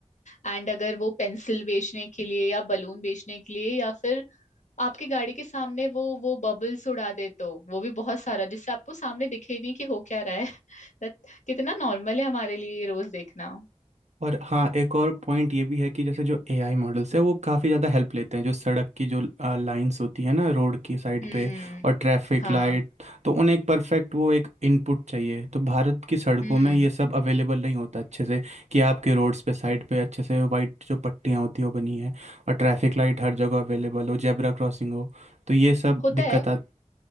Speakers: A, on the left; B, on the right.
A: एंड अगर वो पेंसिल बेचने के लिए या बलून बेचने के लिए या फिर आपकी गाड़ी के सामने वो वो बबल्स उड़ा दे तो वो भी बहुत सारा जिससे आपको सामने दिखे ही नहीं कि हो क्या रहा है <laughs> दैट कितना नॉर्मल है हमारे लिए ये रोज देखना
B: और हाँ एक और पॉइंट ये भी है कि जैसे जो एआई मॉडल्स है वो काफ़ी ज़्यादा हेल्प लेते हैं जो सड़क की जो लाइंस होती है ना रोड की साइड
A: हम्म
B: पे और ट्रैफिक
A: हाँ
B: लाइट तो उन्हें एक परफेक्ट वो एक इनपुट चाहिए तो भारत की सड़कों
A: हम्म
B: में ये सब अवेलेबल नहीं होता अच्छे से कि आपके रोड्स पे साइड पे अच्छे से वाइट जो पट्टियाँ होती है वो बनी है और ट्रैफिक लाइट हर जगह अवेलेबल हो जेब्रा क्रॉसिंग हो तो ये सब
A: होता
B: दिक्कत
A: है
B: आ-